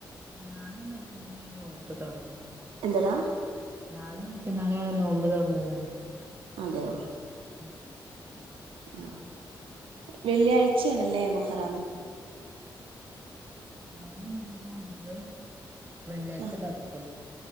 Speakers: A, on the right; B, on the right.
A: നാളെയും മറ്റന്നാളുമാണ് നോമ്പ് തുടങ്ങുന്നത്
B: എന്തടാ
A: നാളെ മറ്റന്നാളേണ് നോമ്പ് തൊടങ്ങുന്നെ
B: അതെയോ
A: <inaudible>
B: ആഹ് വെള്ളിയാഴ്ചയാണല്ലേ മൊഹറം
A: നമ്മള് വെള്ളിയാഴ്ച്ച
B: ആ
A: കത്തും.